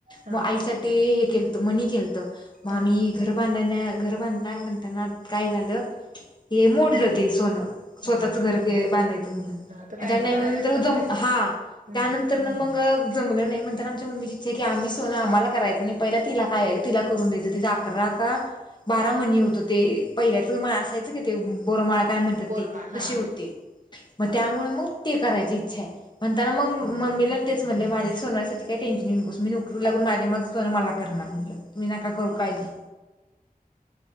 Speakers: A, on the right (about 55°); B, on the left (about 30°).
A: हा
B: म आईसाठी हे केलत मनी केलत मग
A: हा
B: आम्ही घर बांधण्या घर बांधणार म्हणताना काय झालं हे मोडलं ते सोनं
A: हा
B: स्वतःच
A: हा
B: घर बांधायचं म्हणून.
A: तर कायतरी
B: म त्या नंतर
A: करायलाच लागते
B: हां.
A: हम्म.
B: तर ना मग जमलं नाय म्हंताना आमच्या मम्मीची इच्छा हाय की आम्ही सोन आम्हाला कराय च नाय पहिला तिला काय तिला करून द्यायचं तिचा अकरा का बारा मनी होत ते पहिल्याच म असायचं की ते बोरमाळा काय म्हणतात
A: बोरमाळ
B: ते
A: हा
B: तशी होती. म त्यामुळ मग ते करायची इच्छा आय म्हणताना मग
A: हम्म
B: मम्मीला तेच म्हणलय माझ्या सोनव्यासाठी काय टेन्शन घेऊ नकोस. मी नुकरीला लागून माझ्या माझं सोन मला करणार
A: हा
B: म्हटलं तुम्ही नका करू काळजी.